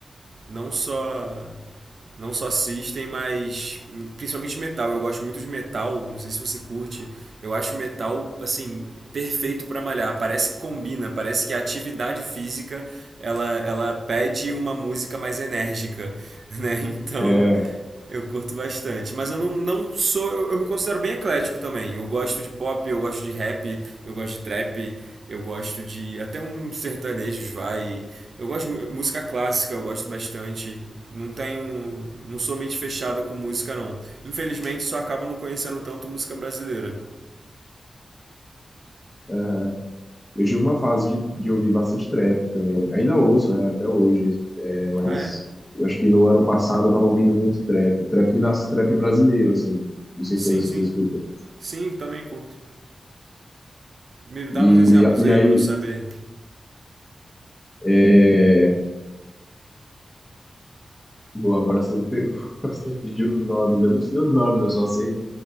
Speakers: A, on the right; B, on the left.
A: Não só não só assistem, mas principalmente metal. Eu gosto muito de metal, não sei se você curte. Eu acho metal assim perfeito para malhar. Parece que combina, parece que a atividade física ela ela pede uma música mais enérgica, <laughs> né? Então,
B: É,
A: Eu curto bastante, mas eu não, não sou. Eu, eu me considero bem eclético também. Eu gosto de pop, eu gosto de rap, eu gosto de trap, eu gosto de. Até uns sertanejos vai. Eu gosto de mu- música clássica, eu gosto bastante. Não tenho. Não sou mente fechada com música, não. Infelizmente, só acabo não conhecendo tanto música brasileira.
B: é, Eu tive uma fase de, de ouvir bastante trap também. Ainda ouço, né, até hoje. É, mas
A: Ah, é?
B: eu acho que no ano passado eu tava ouvindo muito trap. Trap, nas, trap brasileiro, assim. Não sei
A: Sim,
B: se é isso
A: sim.
B: que você escuta.
A: Sim, também curto. Me dá
B: E,
A: uns exemplos
B: e
A: aí
B: aí.
A: pra eu saber.
B: É... Boa, agora você me pegou. <laughs> Você pediu os nomes. Eu não sei os nomes, eu só sei.